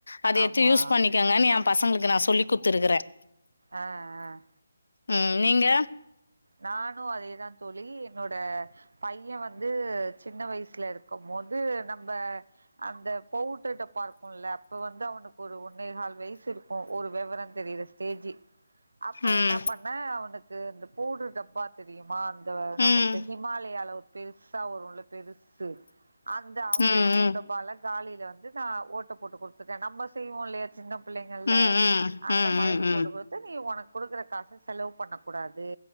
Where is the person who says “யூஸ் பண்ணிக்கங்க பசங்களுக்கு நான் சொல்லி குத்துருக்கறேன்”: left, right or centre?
Left